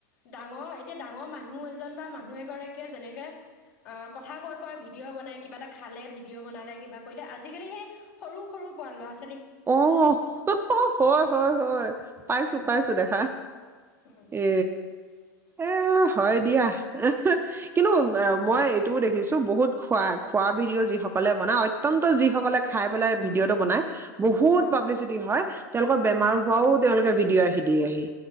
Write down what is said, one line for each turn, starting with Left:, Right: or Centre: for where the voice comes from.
Left: ডাঙৰ এতিয়া ডাঙৰ মানুহ এজন বা মানুহ এগৰাকীয়ে যেনেকে কথা কৈ কৈ ভিডিঅ' বনাই কিবা এটা খালে ভিডিঅ' বনালে কিবা কৰিলে আজিকালি সেই সৰু সৰু ল'ৰা ছাল
Right: আহ হয় হয় হয় পাইছো
Left: উম
Right: পাইছো দেখা
Left: উম
Right: এ এ হয় দিয়া কিন্তু মই এইটোও দেখিছো বহুত খোৱা খোৱা ভিডিঅ' যিসকলে বনাই অত্যন্ত যিসকলে খাই পেলাই ভিডিঅ'টো বনাই বহুত
Left: অ
Right: পাব্লিচিটি হয় তেওঁলোকৰ বেমাৰ হোৱাও তেওঁলোকে ভিডিঅ' আহি দিয়ে আহি